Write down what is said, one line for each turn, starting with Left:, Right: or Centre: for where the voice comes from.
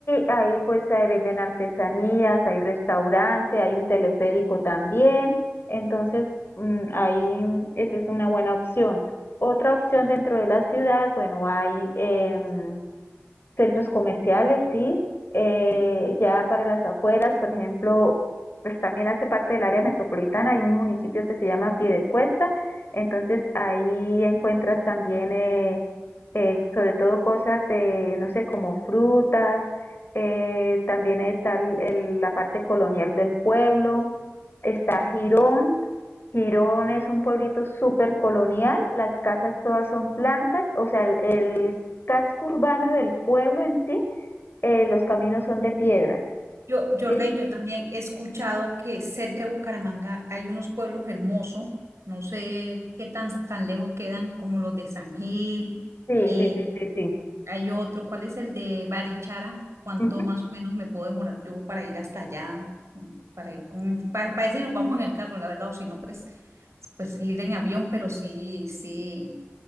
Left: ahí pues se venden artesanías, hay restaurante, hay un teleférico también. Entonces, mm, ahí esa es una buena opción. Otra opción dentro de la ciudad, bueno, hay... em, Centros comerciales, sí. Eh, ya para las afueras, por ejemplo, pues también hace parte del área metropolitana, hay un municipio que se llama Piedecuesta, entonces ahí encuentras también eh, eh, sobre todo cosas de, no sé, como frutas, eh, también ahí está el- el- la parte colonial del pueblo, está Girón, Girón es un pueblito súper colonial, las casas todas son blancas, o sea, el el casco urbano del pueblo en sí eh, los caminos son de piedra,
Right: Yo, Jorley,
Left: ¿sí?
Right: yo también he escuchado que cerca de Bucaramanga hay unos pueblos hermosos, no sé qué tan, tan lejos quedan como los de San Gil,
Left: Sí,
Right: eh,
Left: sí, sí, sí, sí.
Right: Hay otro, ¿cuál es el de Barichara? ¿Cuánto
Left: Ujú.
Right: más o menos me puedo demorar yo para ir hasta allá? Para ir con, para, para ir si nos vamos en el carro, la verdad, o si no, pues, pues sí ir en avión, pero sí, sí,